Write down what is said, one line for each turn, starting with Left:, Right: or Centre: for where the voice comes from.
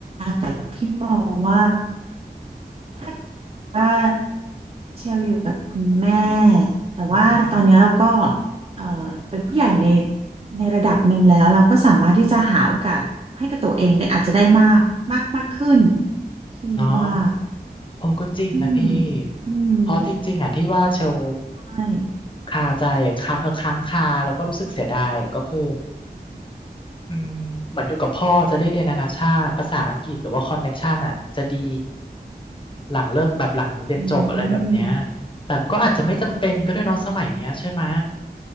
Right: กแต่พี่มองว่าถ้าเกิดว่าเชลอยู่กับคุณแม่แต่ว่าตอนนี้ยเราก็
Left: อือหือ
Right: เอ่อเป็นผู้ใหญ่ในในระดับหนึ่งแล้วเราก็สามารถที่จะหาโอกาสให้กับตัวเองได้อาจจะได้มากมากมากขึ้นพี่ว่า
Left: เนาะโอ้ก็จริงนะพี่
Right: อืมอืม
Left: เพราะจริงๆอ่ะที่ว่าเชล
Right: ใช่
Left: คาใจอะคาเออค้างคาแล้วก็รู้สึกเสียดายอ่ะก็คือ อืมเหมือนอยู่กับพ่อจะได้เรียนนานาชาติภาษาอังกฤษหรือว่าคอนเน็กชันอ่ะจะดีหลังเลิกแบบหลังเรียนจบอะไรแบบเนี้ย
Right: อืม
Left: แต่ก็อาจจะไม่จำเป็นก็ด้วยเนาะสมัยเนี้ยใช่ไหม